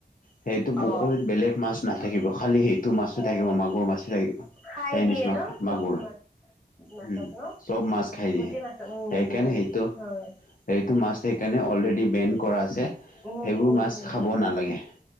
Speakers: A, on the left; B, in the centre.
A: সেইটো পুখুৰীত
B: অ
A: বেলেগ মাছ নাথাকিব খালি হেই টো মাছো
B: অ
A: থাকিব মাগুৰ মাছে থাকিব
B: খাই
A: চাইনিছ
B: দিয়ে
A: মাছ
B: ন চব
A: মাগুৰ
B: মাছ মাছক
A: হম,
B: ন
A: ছব মাছ খাই
B: গোটেই
A: দিয়ে
B: মাছক উম
A: সেইকাৰণে সেইটো-
B: হয়
A: সেইটো মা মাছ সেইকাৰণে অলৰেডী বেণ্ড কৰা আছে
B: উম
A: সেইবোৰ
B: উম
A: মাছ
B: উম
A: খাব নালাগে।